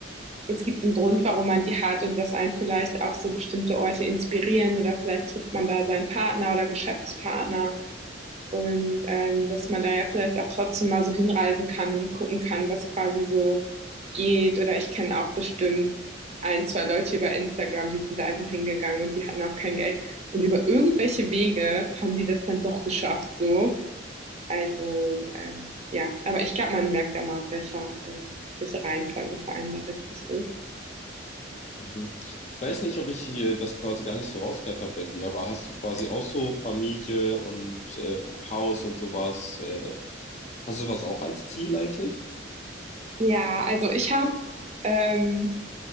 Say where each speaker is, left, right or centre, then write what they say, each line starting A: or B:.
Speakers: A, on the right; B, on the left.
A: es gibt einen Grund, warum man die hat und dass einen vielleicht auch so bestimmte Orte inspirieren oder vielleicht trifft man da seinen Partner oder Geschäftspartner. Und ähm, dass man da ja vielleicht auch trotzdem mal so hinreisen kann und gucken kann, was quasi so geht. Oder ich kenne auch bestimmt ein, zwei Leute über Instagram, die sind da einfach hingegangen und die hatten auch kein Geld. Und über irgendwelche Wege haben die das dann doch geschafft, so. Also, ähm, ja, aber ich glaube, man merkt ja mal, auf welcher, äh, welche Reihenfolge vor allem da richtig ist.
B: Mhm. Ich weiß nicht, ob ich hier das quasi gar nicht so rausgehört habe bei dir, aber hast du quasi auch so Familie und äh, Haus und sowas? Äh, hast du sowas auch als Ziel eigentlich?
A: Ja, also ich habe ähm,